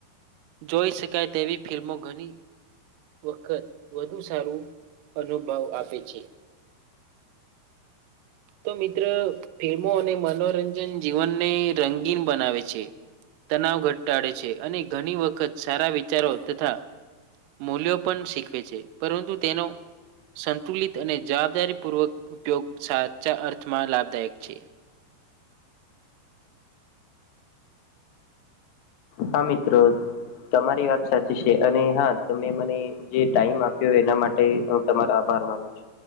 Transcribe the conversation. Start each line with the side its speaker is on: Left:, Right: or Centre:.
Right: જોઈ શકાય તેવી ફિલ્મો ઘણી. વખત વધુ સારું અનુભવ આપે છે. તો મિત્ર ફિલ્મો અને મનોરંજન જીવનને રંગીન બનાવે છે. તનાવ ઘટાડે છે અને ઘણી વખત સારા વિચારો તથા. મૂલ્યો પણ શીખવે છે પરંતુ તેનો. સંતુલિત અને જવાબદારી પૂર્વક ઉપયોગ સા. ચા અર્થમાં લાભદાયક છે.
Left: હા મિત્ર. તમારી વાત સાચી છે અને હા તમે મને જે ટાઈમ આપ્યો એના માટે હુ તમારો આભાર. માનુ છુ.